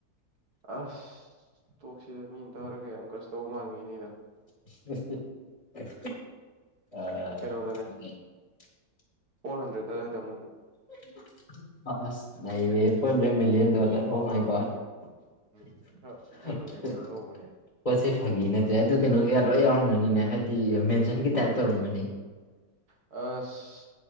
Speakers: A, on the right; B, on the left.
A: ꯑꯁ ꯇꯣꯛꯁꯤꯗ ꯃꯤꯅ ꯇꯥꯔꯒ ꯌꯥꯝ ꯒꯁ ꯇꯧꯕ ꯃꯥꯟꯒꯤꯅꯤꯗ
B: <unintelligible> ꯑ
A: ꯀꯩꯅꯣꯗꯅꯦ
B: <unintelligible>
A: ꯐꯣꯔ ꯍꯟꯗ꯭ꯔꯦꯗꯇ ꯑꯗꯨꯝ
B: <unintelligible> ꯑꯁ ꯅꯩꯔꯦꯍꯦ four hundred million dollar oh my ꯒꫭꯠ <unintelligible>
A: ꯎꯝ ꯈꯔ ꯈꯔ ꯑꯗꯨꯝ ꯀꯩ ꯀꯩꯅꯣ
B: ꯑ
A: ꯇꯧꯕꯅꯦ
B: ꯄꯣꯠꯁꯦ ꯐꯥꯒꯤ ꯅꯠꯇ꯭ꯔꯦ ꯑꯗꯨ ꯀꯩꯅꯣ ꯀꯩꯀꯥ ꯂꫭꯏ ꯌꯥꯎꯔꯝꯃꯅꯤ ꯅꯤꯅꯦ ꯍꯥꯏꯗꯤ ꯃꯦꯟꯁꯟꯒꯤ ꯇꯥꯏꯞ ꯇꯧꯔꯝꯃꯅꯤ
A: ꯑꯁ